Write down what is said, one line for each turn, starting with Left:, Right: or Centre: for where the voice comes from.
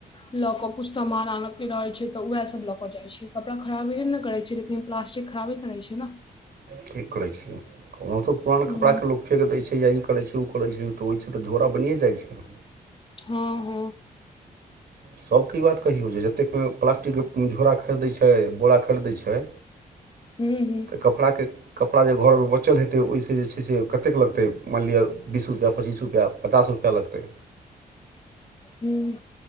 Left: ल के कुछ सामान आन के रहे छै तऽ उएह सब ल के जाय छै कड़ा खराबे ने करे छै लेकिन प्लास्टि खराबे करै छै न
Right: ठीक करै छी कहहु तऽ पुरान
Left: हूँ
Right: कपड़ाके लो फेक दै छै या ई करै छै ओ करै छै तऽ होइ छै तऽ झोा बनिए जाइ छ
Left: हँ ह
Right: सभके ई बात कहियौ जे जतेक प्लास्टिकके झोरा खरिदै छै बोरा खरिदै छ
Left: हू ह
Right: ऽ कपड़ाके कपड़ा जे घरमे बचल हेतै ओहिसँ जे छै से कतेक लगतै मानि लि बीस रुपआ पचीस रुपआचास रुपआ लगत
Left: हूँ